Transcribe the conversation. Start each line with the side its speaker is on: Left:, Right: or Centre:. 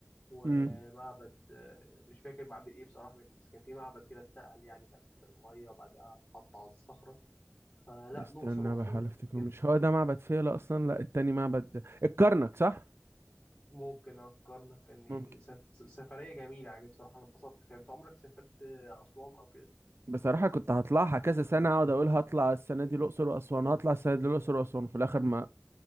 Left: ومعبد
Right: امم
Left: آه، مش فاكر معبد إيه بصراحة بس كان في معبد كده اتنقل يعني كان في المية وبعدها اتحط على الصخرة فلا
Right: استنى
Left: الأقصر وأسوان
Right: بحاول
Left: كنت
Right: افتكر
Left: كده
Right: مش هو ده معبد فيلة اصلا لا التاني معبد الكرنك صح
Left: ممكن أفكرنا كان يعني
Right: ممكن
Left: سف... سفرية جميلة يعني بصراحة أنا اتبسطت فيها أنت عمرك سافرت أسوان أو كده؟
Right: بصراحة كنت هطلعها كذا سنة اقعد اقول هطلع السنة دي الأقصر وأسوان هطلع السنة دي الأقصر وأسوان في الآخر ما